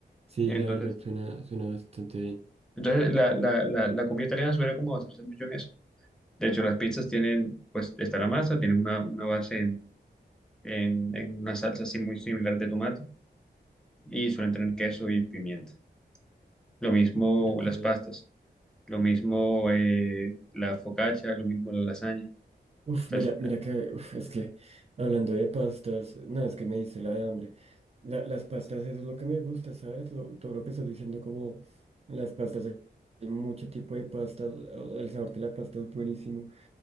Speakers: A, on the right; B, in the centre.
A: Sí,
B: Entonces,
A: la verdad suena, suena bastante bien.
B: entonces la, la, la, la comida italiana suele como basarse mucho en eso. De hecho, las pizzas tienen, pues, está la masa, tienen una, una base en, en, en una salsa así muy similar de tomate y suelen tener queso y pimienta. Lo mismo
A: Ok.
B: las pastas, lo mismo eh, la focaccia, lo mismo la lasaña.
A: Uf,
B: Entonces,
A: mira, mira que, uf, es que hablando de pastas, no, es que me dice la de hambre. La- las pastas, eso es lo que me gusta, ¿sabes? Lo- todo lo que estás diciendo, como las pastas, hay mucho tipo de pastas, o- el sabor de la pasta es buenísimo.